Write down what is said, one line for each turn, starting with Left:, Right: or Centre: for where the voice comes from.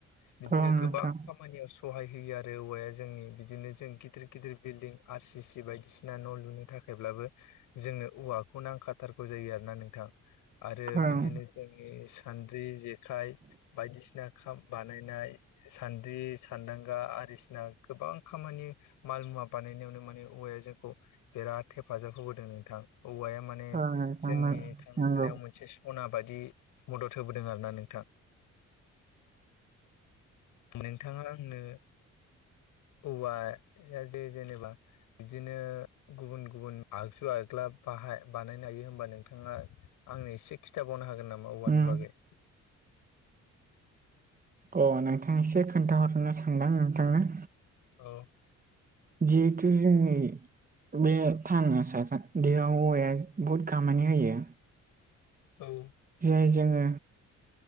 Left: बिदिनो
Right: ओं नोंथां
Left: गोबां खामानियाव सहाय होयो आरो औवाया जोंनि बिदिनो जों गिदिर गिदिर बिल्डिं आर सि सि बायदिसिना न' लुनो थाखायब्लाबो जोंनो औवाखौ नांखाथारगौ जायो आरोना नोंथां आरो
Right: ओं
Left: बिदिनो जोंनि सान्द्रि जेखाइ बायदिसिना बानायनाय सान्द्रि सान्दांगा आरदिसिना गोबां खामानि माल मुवा बानायनायावनो माने औवाया जोंखौ बिराद हेफाजाब होबोदों नोंथां औवाया माने
Right: ओं नोंथां
Left: जोंनि थांना
Right: नोंगौ
Left: थानायाव मोनसे अना बायदि मदद होबोदों आरोना नोंथां नोंथाङा आंनो औवाया जे जेनेबा बिदिनो गुबुन गुबुन आगजु आग्ला बाहाय बानायनो हायो होमबा नोंथाङा आंनो एसे खिन्थाबावनो हागोन नामा औवानि
Right: उम
Left: बागै
Right: अ नोंथां एसे खोन्थाहरनो सानदों नोंथांनो
Left: औ
Right: जिहेतु जोंनि बे थांना थासानदियाव औवाया बहुद खामानि होयो।
Left: औ
Right: जाय जोंङो